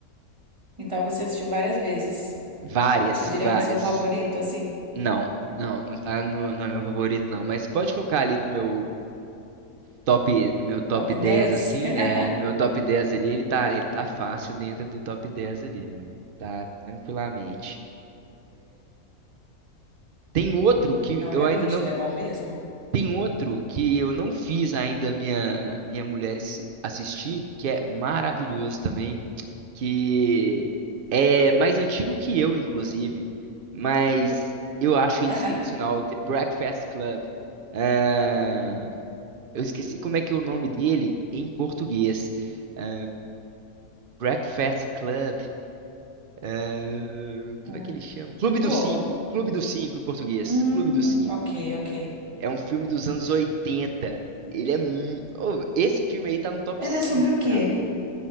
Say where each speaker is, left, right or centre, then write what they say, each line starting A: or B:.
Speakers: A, on the right (about 20°); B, on the right (about 80°).
A: Então você assistiu várias vezes.
B: Várias,
A: Você diria
B: várias.
A: que é o seu favorito, assim?
B: Não, não, não tá no, no meu favorito, não. Mas pode colocar ali no meu top, no meu top
A: Top
B: 10
A: 10?
B: assim.
A: <laughs>
B: É, no meu top 10 ali, ele tá, ele tá fácil dentro do top 10 ali. Tá tranquilamente. Tem outro que
A: Não,
B: eu
A: realmente,
B: ainda não.
A: ele é bom mesmo.
B: Tem outro que eu não fiz ainda minha minha mulher assi- assistir, que é maravilhoso também, que é mais antigo que eu, inclusive, mas eu acho ele
A: <laughs>
B: sensacional, The Breakfast Club. Ah, eu esqueci como é que é o nome dele em português. Ah, Breakfast Club. ah, como
A: É.
B: é que ele chama? Clube dos
A: Pô,
B: Cinco. Clube dos Cinco em português.
A: hum,
B: Clube dos Cinco.
A: ok, ok.
B: É um filme dos anos 80. Ele é. mu- Ô, Esse filme aí tá no top
A: Ele
B: 5
A: é sobre o quê?
B: pra mim.